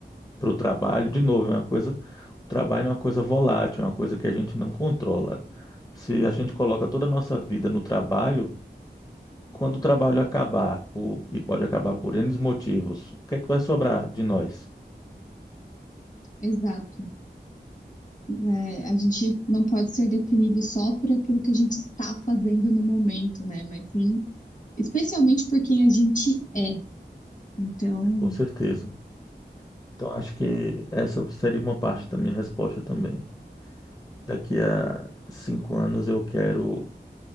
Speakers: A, on the left; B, on the left.
A: o trabalho, de novo, é uma coisa, o trabalho é uma coisa volátil, é uma coisa que a gente não controla. Se a gente coloca toda a nossa vida no trabalho, quando o trabalho acabar, por- e pode acabar por N motivos, o que é que vai sobrar de nós?
B: Exato. É, a gente não pode ser definido só por aquilo que a gente está fazendo no momento, né? Mas sim, especialmente por quem a gente é. Então,
A: Com certeza. Então, acho que essa seria uma parte da minha resposta também. Daqui a cinco anos eu quero